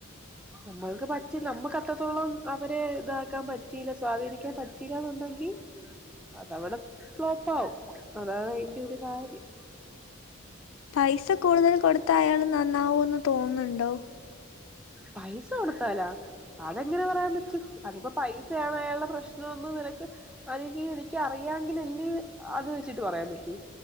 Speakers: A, in the centre; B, on the left (about 85°).
A: നമ്മൾക്ക് പറ്റി നമ്മക്ക് ക്ക ത്രത്തോളം അവരെ താക്കാൻ പറ്റിയില സ്വാധീനിക്കാൻ പറ്റീല ന്നുണ്ടെങ്കീ അതവടെ ഫ്ലോപ്പ് ആവും അതാണ് അയിന്റെ ഒരു കാര്യം
B: പൈസ കൂടുതൽ കൊടുത്ത അയാള് നന്നാവൂന്ന് തോന്നുന്നുണ്ടോ
A: പൈസൊടുത്താലാ അതെങ്ങനെ പറയാൻ പറ്റും അതിപ്പോ പൈസയാവു അയാൾടെ പ്രശ്നൊന്ന് നിനക്ക് അല്ലെങ്കി എനിക്ക് അറിയാങ്കിൽ എൽയ് അത് വെച്ചിട്ട് പറയാൻ പറ്റൂ